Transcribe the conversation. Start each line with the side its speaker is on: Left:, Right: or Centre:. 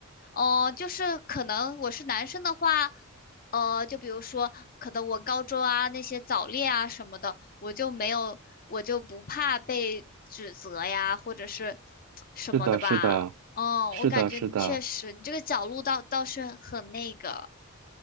Left: 哦、就是可能我是男生的话。呃，就比如说，可能我高中啊那些早恋啊什么的，我就没有，我就不怕被指责呀，或者是什么的吧。
Right: 是的，是的，
Left: 嗯，
Right: 是的，
Left: 我感觉你确实，
Right: 是的。
Left: 你这个角度倒倒是很那个。